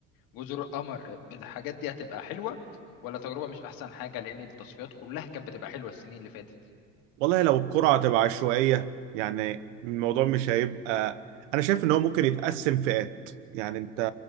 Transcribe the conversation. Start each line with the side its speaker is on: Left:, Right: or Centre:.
Left: جزر القمر الحاجات دي هتبقى حلوه ولا تجربه مش احسن حاجه لان التصفيات كلها كانت بتبقى حلوه السنين اللي فاتت
Right: والله لو الكرة هتبقى عشوائية يعني الموضوع مش هيبقى أنا شايف إن هو ممكن يتقسم فئات يعني أنت